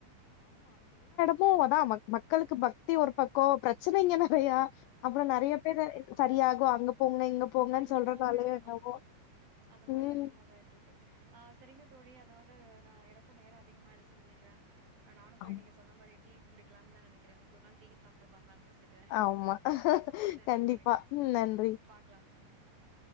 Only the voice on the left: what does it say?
மு அதா மக் மக்களுக்கு பக்தி ஒரு பக்கோம் பிரச்சனைங்க நிறையா அப்புறம்
நிறைய பேரு சரியாகு அங்க போங்க இங்க போங்கன்னு
சொல்றதாலயோ
என்னவோ
ம்
ஆமா
ஆமா.
கண்டிப்பா
ம் நன்றி